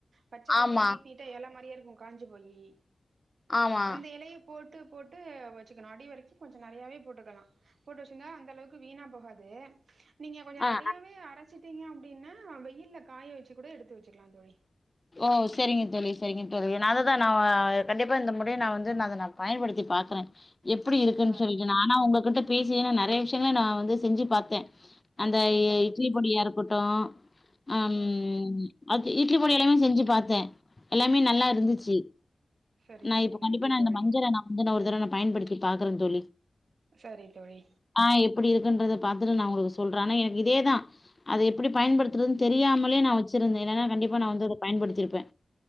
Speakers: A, on the right (about 85°); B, on the left (about 25°).
A: பச்ச கலர்ல
B: ஆமா
A: நீட் நீட் ட எல மாரியே இருக்கு காஞ்சி போயி
B: ஆமா
A: அந்த எலைய போட்டு போட்டு வச்சிக்கனு அடி வரைக்கு கொஞ்சோ நெறையாவே போட்டுக்கலா போட்டு வச்சிர்ந்தா அந்த அளவுக்கு வீணா போகாது நீங்க கொஞ்சோ
B: ஆ
A: நெறையாவே அரச் சுட்டீங்க அப்டினா வெயில்ல காய வச்சி கூட எடுத்து வச்சுக்கலா தோழி
B: ஓ செரிங்க தோழி செரிங்க தோழி நா அத தா நா கண்டிப்பா இந்த முறையு நா வந்து ந தனால் பயன்படுத்தி பாக்கற எப்டி இருக்குன்
A: பாருங்க
B: சொல்லிட்டு நானா உங்க கிட்ட பேசியே நா நெறைய விஷியங்கள நா வந்து செஞ்சி பாத்த அந்த
A: ம் சொல்லுங்க
B: எ இட்லி
A: தோழி
B: பொடியா இருக்கட்டு அம்
A: ஆ
B: அது இட்லி பொடி எல்லாமே செஞ்சு பாத்தே எல்லாமே நல்லா
A: சொல்லுங்க
B: இருந்துச்சி
A: தோழி சரி
B: நா
A: தோழி
B: இப்ப கண்டிப்பா
A: நன்றி
B: நா
A: தோழி
B: இந்த மஞ்சள நா மஞ்சள ஒரு தரவ நா பயன்படுத்தி பாக்கறே தோழி
A: சரி தோழி
B: ஆ எப்டி இருக்குன்றத பாத்துட்டு நா உங்களுக்கு சொல்ற ஆனா எனக்கு இதே தா அத எப்டி பயன்படுத்துறதுன் தெரியாமலே நா வெச்சிருந்தே இல்லனா கண்டிப்பா நா வந்து அத பயன் படுத்திருப்பே